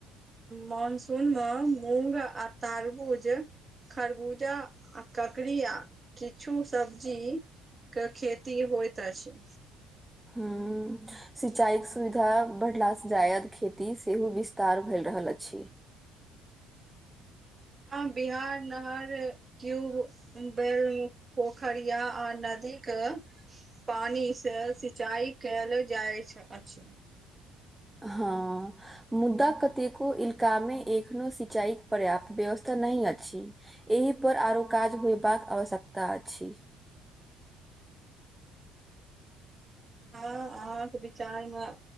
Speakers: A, on the right; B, in the centre.
A: मनसून म मूंग आ तारबूज खरबूजा आ ककड़ी आ किछु सब्जी कऽ खेती होइत छै
B: हुँ सिचाई कऽ सुविधा बढ़ला सँ जायद खेती सेहो विस्तार भेल रहल अछि
A: हँ बिहार नहर क्यूब बेल पोखरिया आ नदी कऽ पानी से सिंचाई कयल जाय अछि
B: हँ मुद्दा कतेको इलका मे एखनो सिंचाईक पर्याप्त व्यवस्था नहि अछि एहि पर आरो काज होयबाक आवश्यकता अछि
A: हँ अहाँक विचार मऽ